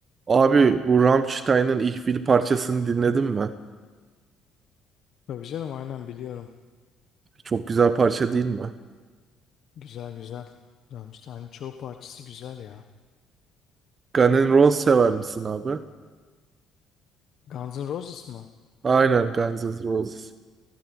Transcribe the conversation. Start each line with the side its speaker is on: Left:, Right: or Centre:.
Right: Abi bu Rammstein'ın Ich Will parçasını dinledin mi?
Left: Tabii canım aynen biliyorum.
Right: Çok güzel parça değil mi?
Left: Güzel güzel. Güzelmiş. Hani çoğu parçası güzel ya.
Right: Guns N' Roses sever misin abi?
Left: Guns N' Roses mı?
Right: Aynen Guns N' Roses.